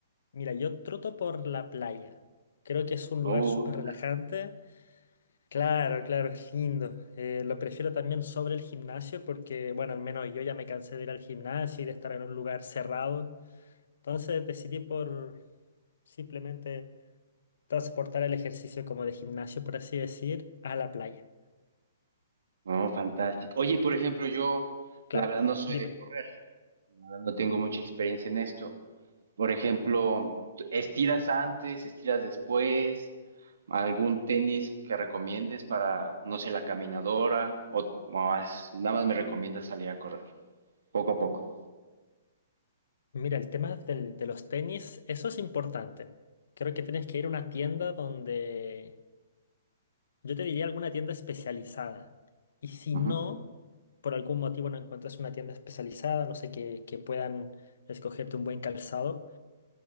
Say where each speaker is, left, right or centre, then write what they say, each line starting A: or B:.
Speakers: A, on the left; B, on the right.
A: Mira, yo troto por la playa. Creo que es un lugar
B: Uh,
A: súper
B: fantástico.
A: relajante. Claro, claro, es lindo. Eh, lo prefiero también sobre el gimnasio porque, bueno, al menos yo ya me cansé de ir al gimnasio y de estar en un lugar cerrado. Entonces decidí por simplemente transportar el ejercicio como de gimnasio, por así decir, a la playa.
B: No, fantástico. Oye, por ejemplo, yo
A: Claro,
B: la verdad no soy
A: dime.
B: de correr, la verdad no tengo mucha experiencia en esto. Por ejemplo, estiras antes, estiras después, algún tenis que recomiendes para, no sé, la caminadora o, o has- nada más me recomiendas salir a correr poco a poco.
A: Mira, el tema del- de los tenis, eso es importante. Creo que tienes que ir a una tienda donde, yo te diría alguna tienda especializada. Y si
B: Ujú.
A: no, por algún motivo no encuentras una tienda especializada, no sé, que, que puedan escogerte un buen calzado,